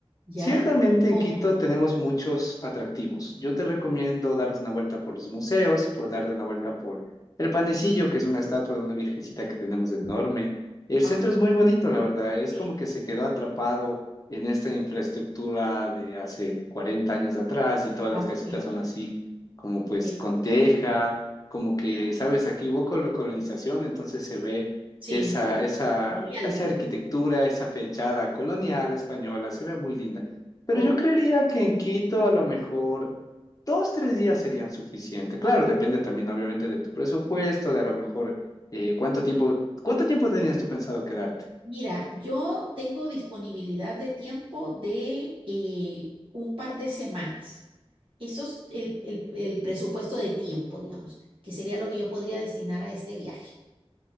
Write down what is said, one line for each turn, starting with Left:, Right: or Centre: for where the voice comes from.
Right: ya.
Left: Ciertamente
Right: Oh,
Left: en Quito tenemos muchos atractivos. Yo te recomiendo darte una vuelta por los museos, puedes darte una vuelta por el Panecillo, que es una estatua de una virgencita que tenemos enorme. El
Right: ah,
Left: centro es muy bonito, la verdad. Es
Right: ok,
Left: como que se quedó atrapado en esta infraestructura de hace 40 años atrás y todas
Right: ah,
Left: las casitas
Right: ok,
Left: son así, como
Right: ok,
Left: pues con teja, como que,
Right: ya.
Left: sabes, aquí hubo col- colonización, entonces se ve
Right: Sí,
Left: esa, esa,
Right: genial.
Left: esa arquitectura, esa fechada colonial española, se ve muy linda. Pero
Right: Ok.
Left: yo creería que en Quito a lo mejor dos, tres días serían suficientes. Claro, depende también obviamente de tu presupuesto, de a lo mejor eh, cuánto tiempo, cuánto tiempo tenías tú pensado quedarte.
Right: Mira, yo tengo disponibilidad de tiempo de eh, un par de semanas. Eso es el, el- el presupuesto de tiempo, digamos, que sería lo que yo podría destinar a este viaje.